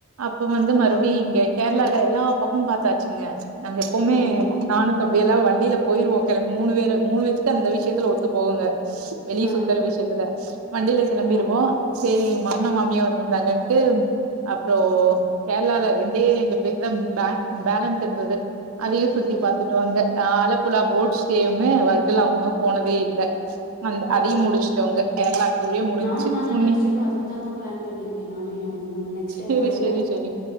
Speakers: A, on the right; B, on the left.
A: அப்ப வந்து
B: ஓ
A: மறுவுடி இங்கே கேரளால எல்லா பக்கமும் பாத்தாச்சுங்க நாங்க எப்வுமே
B: அப்டிங்களா
A: நானுத்த அப்டியல்லா வண்டில போயிருவோம் கொளம்பி மூணு பேரு மூணு பேத்துக் த இந்த விஷயத்துல ஒத்து போகுங்க வெளிய
B: ஆ
A: சுத்தற விஷயத்துல வண்டில கெளம்பிருவோம்
B: அப்டி
A: சேரி எங்க மாமனார்
B: ஆ
A: மாமியார் வந்திருந்தாங்க டு அப்ற கேரளால ரெண்டே ரெண்டு பிளேஸ் தான் பே பேலன்ஸ் இருந்தது அதயும் சுத்தி
B: ம்
A: பாத்துடோம் அங்க ஆ ஆழப்புலா போட் ஸ்டே ஒன்னு வர் இதுல அவுங்களு
B: ம்
A: போனதே இல்ல அந்த
B: ஓ
A: அதயு முடிச்சுட்டாங்க கேரளா டூரே முடிஞ்ச்சு
B: நானு தாங்க
A: உன்னி
B: நெக்ஸ்ட் டைம் அதுக்கு தாங்க பிளான் பண்ணிருக்கே நானு ஹஸ்பண்டு நெக்ஸ்ட்
A: செரி
B: டைம் வரையில
A: செரி செரி